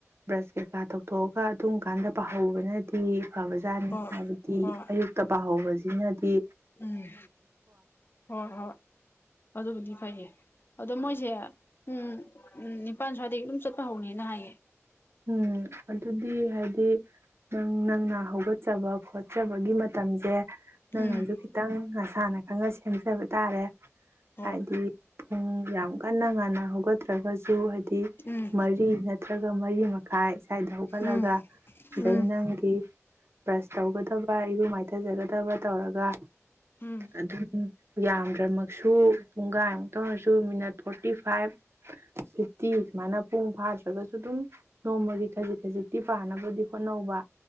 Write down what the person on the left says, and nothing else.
ꯍꯣꯏ
ꯍꯣꯏ
ꯎꯝ ꯍꯣꯏ ꯍꯣꯏ ꯑꯗꯨꯕꯨꯗꯤ ꯍꯥꯏ ꯑꯗꯣ ꯃꯣꯏꯁꯦ ꯎꯝ ꯎꯝ ꯄꯥꯟꯁ꯭ꯋꯥꯗꯒꯤ ꯑꯗꯨꯝ ꯆꯠꯄ ꯍꯧꯥꯎꯅꯤꯅ ꯍꯥꯏꯌꯦ
ꯎꯝ
ꯍꯣꯏ
ꯎꯝ
ꯎꯝ
ꯎꯝ
ꯎꯝ